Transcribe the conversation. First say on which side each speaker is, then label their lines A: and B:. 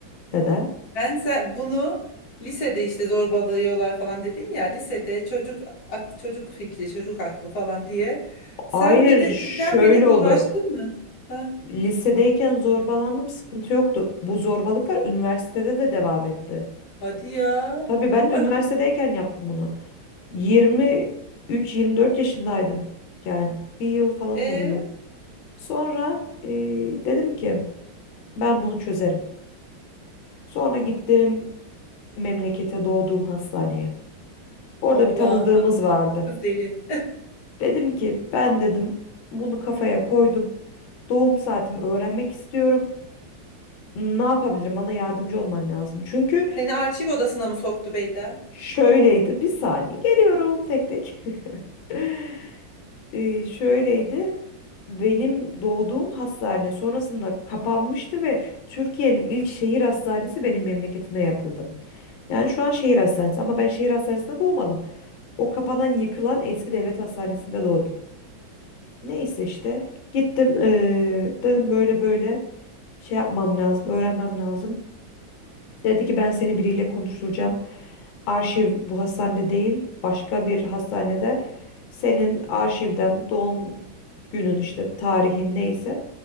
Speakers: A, on the left; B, on the left.
A: Neden?
B: Ben sen bunu lisede işte zorbalıyorlar falan dedin ya lisede çocuk ak- çocuk fikri, çocuk aklı falan diye. Sen
A: Hayır,
B: bir de
A: şöyle
B: üşenmedin
A: oldu.
B: uğraştın mı? Ha?
A: Lisedeyken zorbalandım, sıkıntı yoktu. Bu zorbalıklar üniversitede de devam etti.
B: Hadi ya.
A: Tabii ben de
B: Ah,
A: üniversitedeyken yaptım bunu. 23-24 yaşındaydım. Yani bir yıl falan
B: e
A: oluyor. Sonra e, dedim ki ben bunu çözerim. Sonra gittim memlekete doğduğum hastaneye. Orada
B: Allah'ım
A: bir tanıdığımız vardı.
B: kız deli.
A: Dedim ki ben dedim bunu kafaya koydum. Doğum saatimi öğrenmek istiyorum. Ne yapabilirim? Bana yardımcı olman lazım. Çünkü
B: Seni arşiv odasına mı soktu Beyda?
A: Şöyleydi. Bir saniye geliyorum tek tek. <laughs> Ee, şöyleydi. Benim doğduğum hastane sonrasında kapanmıştı ve Türkiye'nin ilk şehir hastanesi benim memleketime yapıldı. Yani şu an şehir hastanesi ama ben şehir hastanesinde doğmadım. O kapanan, yıkılan eski devlet hastanesinde doğdum. Neyse işte gittim ee, dedim böyle böyle şey yapmam lazım, öğrenmem lazım. Dedi ki ben seni biriyle konuşturacağım. Arşiv bu hastane değil, başka bir hastanede senin arşivden doğum günün işte tarihin neyse